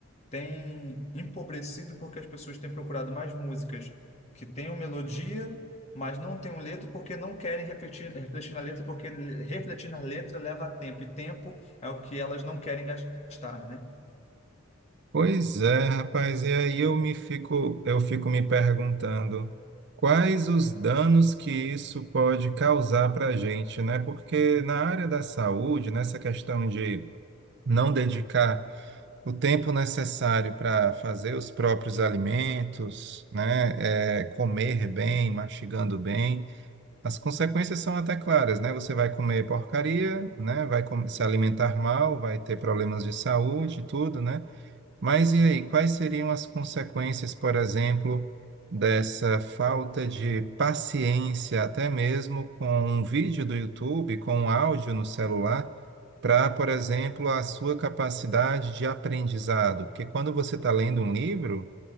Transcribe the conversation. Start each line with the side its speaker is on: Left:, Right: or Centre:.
Left: tem empobrecido porque as pessoas têm procurado mais músicas que tenham melodia, mas não tenham letra porque não querem refletir, refletir na letra, porque le- refletir na letra leva tempo, e tempo é o que elas não querem gastar, né?
Right: Pois é, rapaz, e aí eu me fico, eu fico me perguntando quais os danos que isso pode causar para a gente, né? Porque na área da saúde, nessa questão de não dedicar o tempo necessário para fazer os próprios alimentos, né? É, comer bem, mastigando bem, as consequências são até claras, né? Você vai comer porcaria, né? Vai com- se alimentar mal, vai ter problemas de saúde, e tudo, né? Mas e aí, quais seriam as consequências, por exemplo, dessa falta de paciência, até mesmo com um vídeo do YouTube, com um áudio no celular, para, por exemplo, a sua capacidade de aprendizado? Porque quando você está lendo um livro.